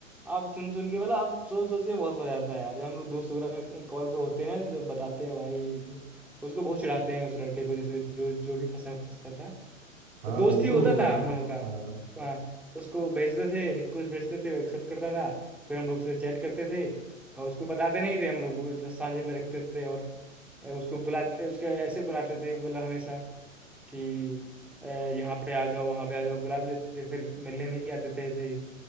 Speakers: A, in the centre; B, on the right.
A: आप सुन सुन के बोला आप सोच सोच के बहुत मजा आता है यार जब हम लोग दोस्त वगैरह कॉल पे होते हैं ना जब बताते हैं भाई उसको बहुत चिढ़ाते हैं उस लड़के को जैसे जो जो भी फंसा फंसता था
B: हाँ
A: और दोस्त
B: वो
A: ही
B: तो
A: होता
B: होगा
A: था
B: ही
A: हम लोगों का
B: हाँ
A: हाँ उसको भेजते थे रिक्वेस्ट भेजते थे एक्सेप्ट करता था फिर हम लोग उससे चैट करते थे और उसको बताते नहीं थे हम लोग वो तो सांझे में रखते थे और उसको बुलाते उसके ऐसे बुलाते थे मतलब हमेशा कि अ, यहाँ पे आ जाओ वहाँ पे आ जाओ बुला लेते थे फिर मिलने नहीं आते थे ऐसे ही